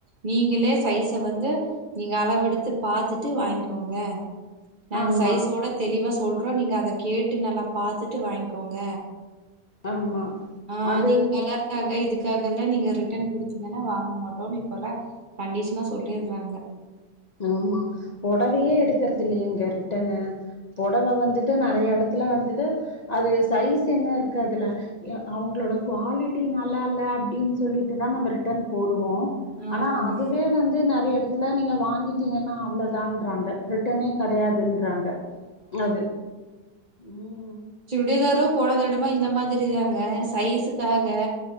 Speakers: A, on the right; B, on the left.
A: நீங்க ல்லே சைஸ வந்து நீங்க அளவு எடுத்து பாத்துட்டு வாங்கிக்கோங்க நாங்க
B: ஆமா
A: ஸைஸோட தெளிவா சொல்றோ நீங்க அத கேட்டு நல்லா பாத்துட்டு வாங்கி கோங்க
B: ஆமா
A: ஆ
B: அது
A: நீங் கலர் க்காக இதுக்காகல்லா நீங்க ரிட்டன் குடுத்தீங்கன்னா வாங்க மாட்டோனு இப்பொல்லா கண்டிஷனா சொல்லிட்றாங்க
B: ஆமா பொடவையே எடுக்கறத்தில்லைய இங்க ரிட்டன்னு பொடவ வந்துட்டு நெறையா எடத் துல வந்துட்டு அது சைஸ் என்ன இருக்கு அதுல எ அவங்களோட குவாலிட்டி நல்லா இல்ல அப்டின்னு சொல்லிட்டு தா நம்ப ரிட்டன் போடுவோ. ஆனா
A: ஆமாங்க
B: அதுவே வந்து நறைய எடத்துல நீங்க வாங் கீட்டீங்கன்னா அவ்ளோதான்றாங்க ரிட்டனே கெடயாதுன்றாங்க அது ம்
A: சுடிதாரு போன தடவ இந்த மாதிரி தாங்க சைஸுக்காக